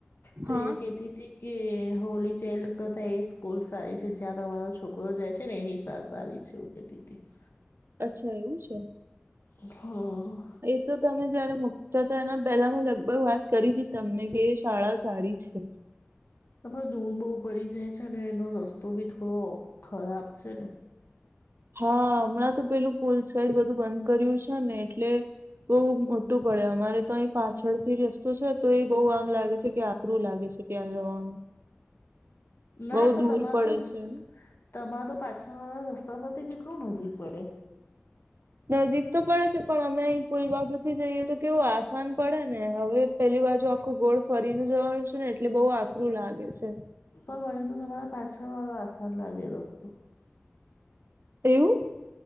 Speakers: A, on the left; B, on the right.
A: તો
B: હા
A: એ કેતી તી. કે હોલી ચાઇલ્ડ કરતા એ સ્કૂલ સારી છે જ્યાં તમારો છોકરો જાય છે ને એની સા સારી છે. <unintelligible>
B: અચ્છા એવું છે.
A: હમ્મ.
B: એ તો તમે જયારે મુકતા હતા એના પહેલા મેં લગભગ વાત કરી હતી તમને કે શાળા સારી છે.
A: આપડે દૂર બહુ પડી જાય છે અને એનો રસ્તો બી થોડો ખરાબ છે ને.
B: હા હમણાં તો પેલું પુલ સાઈડ બધું બંધ કર્યું છે ને એટલે. બઉુ મોટું પડે અમારે તો અહીં પાછળથી રસ્તો છે તો એ બહુ આમ લાગે છે કે આકરું લાગે છે. ત્યાં જવાનું.
A: ના
B: બહુ
A: પણ
B: દૂર
A: તમારે
B: પડે
A: તો
B: છે
A: તમારે તો પાછળ વાળા રસ્તા પરથી કેટલું નજીક પડે.
B: નજીક તો પડે છે પણ અમે અહી પુલ બાજુથી જઈએ તો કેવું આસાન પડે ને હવે. પેલી બાજુ આખું ગોળ ફરીને જવાનું છે ને એટલે બહુ આકરું લાગે છે.
A: પણ મને તો તમારા પાછળ વાળો આસાન લાગે રસ્તો.
B: એવું.